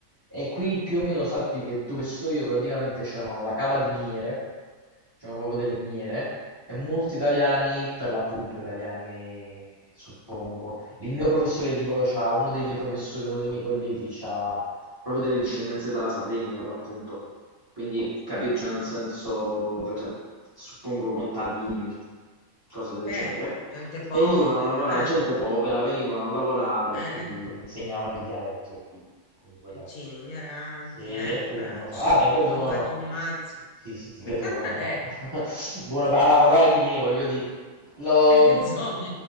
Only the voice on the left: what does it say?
certo,
gente povera,
eh.
Eh,
piccini, ignoranti,
eh,
poracci.
Sono
fatti
un mazzo.
<laughs>
Eh,
certo.
<laughs> Insomma,